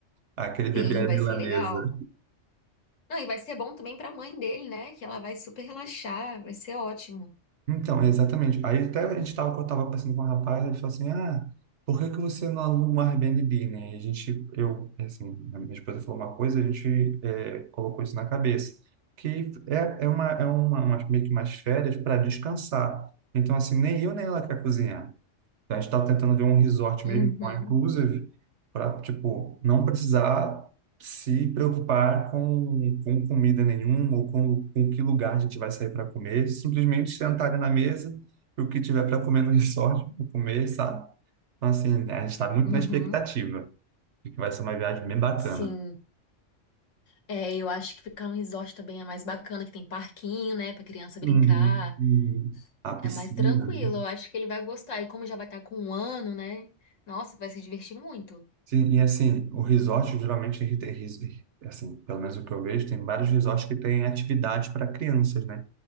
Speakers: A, on the right; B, on the left.
A: Aquele bebê
B: Sim,
A: à
B: vai
A: milanesa.
B: ser legal. Não, e vai ser bom também pra mãe dele, né? Que ela vai super relaxar, vai ser ótimo.
A: Então, exatamente. Aí até a gente tava, eu tava conversando com um rapaz, ele falou assim, ah, por que que você não aluga um Airbnb, né? E a gente, eu, assim, a minha esposa falou uma coisa, a gente é, colocou isso na cabeça, que é, é uma, é uma, umas- meio que umas férias para descansar. Então, assim, nem eu nem ela quer cozinhar. Então, a gente está tentando ver um resort
B: Uhum,
A: mesmo, all inclusive, para, tipo, não precisar se preocupar com, com comida nenhuma ou com, com que lugar a gente vai sair para comer. Simplesmente sentar na mesa e o que tiver para comer no <laughs> resort, pra comer, sabe? Então, assim, né, a gente está muito
B: uhum,
A: na expectativa de que vai ser uma viagem bem bacana.
B: sim. É, eu acho que ficar no resort também é mais bacana, que tem parquinho, né, pra criança brincar.
A: Uhum, uhum. A piscina,
B: É mais tranquilo,
A: né?
B: eu acho que ele vai gostar. E como já vai estar com um ano, né? Nossa, vai se divertir muito.
A: Sim, e assim, o resort geralmente ele tem, res- assim, pelo menos o que eu vejo, tem vários resorts que têm atividade para crianças, né?